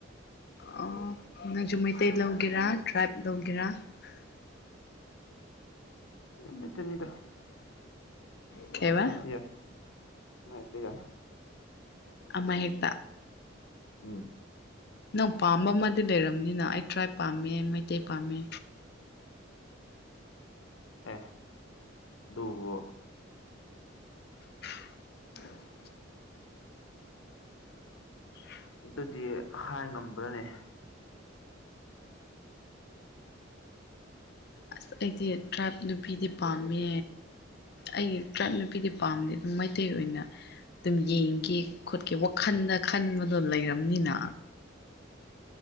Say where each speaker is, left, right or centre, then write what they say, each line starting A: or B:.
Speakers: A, on the left (about 55°); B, on the left (about 80°).
A: ꯑꯣ ꯅꯪꯁꯨ ꯃꯩꯇꯩ ꯂꯧꯒꯦꯔꯥ ꯇ꯭ꯔꯥꯏꯞ ꯂꯧꯒꯦꯔꯥ <unintelligible>
B: ꯃꯦꯇꯅꯤꯗꯃꯦꯥꯏꯠꯇ
A: ꯀꯩꯕ
B: ꯌꯥ ꯃꯩ ꯇꯤ ꯌꯥ
A: ꯑꯃ ꯍꯦꯛꯇ
B: ꯎꯝ
A: ꯅꯪ ꯄꯥꯝꯕ ꯑꯃꯗꯤ ꯂꯩꯔꯕꯝꯅꯤꯅ ꯑꯩ ꯇ꯭ꯔꯥꯏ ꯄꯥꯝꯃꯦ ꯃꯩꯇꯩ ꯄꯥꯝꯃꯦ
B: ꯑꯦ ꯕꯣ
A: <unintelligible>
B: ꯑꯗꯨꯗꯤ ꯍꯥꯏ ꯉꯝꯕ꯭ꯔꯅꯦ
A: ꯑꯁ ꯑꯩꯗꯤ ꯇ꯭ꯔꯥꯏꯕ ꯅꯨꯄꯤꯗꯤ ꯄꯥꯝꯃꯦ ꯑꯩ ꯇ꯭ꯔꯥꯏꯕ ꯅꯨꯄꯤꯗꯤ ꯄꯥꯝꯗꯦꯗ ꯃꯩꯇꯩ ꯑꯣꯏꯅ ꯑꯗꯨꯝ ꯌꯦꯡꯒꯦ ꯈꯣꯠꯀꯦ ꯋꯥꯈꯜꯗ ꯈꯟꯕꯗꯣ ꯂꯩꯔꯕꯝꯅꯤꯅ